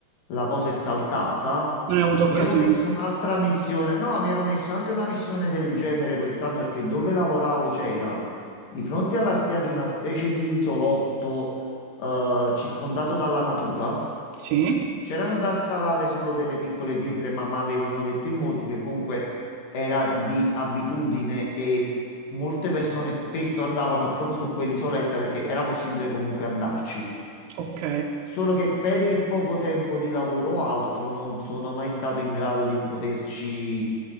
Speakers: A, on the left (about 65°); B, on the right (about 80°).
A: la cosa è saltata.
B: Non hai avuto
A: Mi
B: occasione.
A: ero messo un'altra missione, no, mi ero messo anche una missione del genere quest'anno perché dove lavoravo c'era di fronte alla spiaggia una specie di isolotto eh, circondato dalla natura.
B: Sì,
A: C'erano da scalare solo delle piccole pietre, ma mi avevano detto in molti che comunque era di abitudine e molte persone spesso andavano proprio su quell'isoletta perché era possibile comunque andarci.
B: ok.
A: Solo che per il poco tempo di lavoro o altro non sono mai stato in grado di poterci